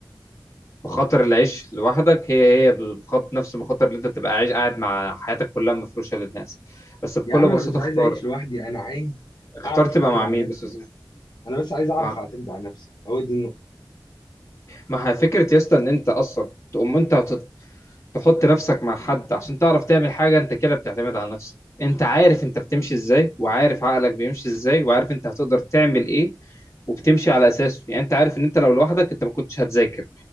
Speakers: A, on the left (about 35°); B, on the left (about 65°).
A: مخاطر العيش لوحدك هي هي بخط نفس المخاطر اللي انت تبقى عايش قاعد مع حياتك كلها مفروشه للناس بس بكل
B: يا عم
A: بساطه
B: انا مش
A: اختار
B: عايز اعيش لوحدي انا عايز
A: اختار
B: اعرف
A: تبقى
B: اعتمد
A: مع
B: على
A: مين
B: نفسي
A: بس
B: بس انا بس عايز
A: ما
B: اعرف اعتمد على نفسي هو دي النقطه
A: ما هي فكرة يا اسطى ان انت اصلا تقوم انت تت- تحط نفسك مع حد عشان تعرف تعمل حاجة انت كده بتعتمد على نفسك انت عارف انت بتمشي ازاي وعارف عقلك بيمشي ازاي وعارف انت هتقدر تعمل ايه وبتمشي على اساسه يعني انت عارف ان انت لو لوحدك انت ما كنتش هتذاكر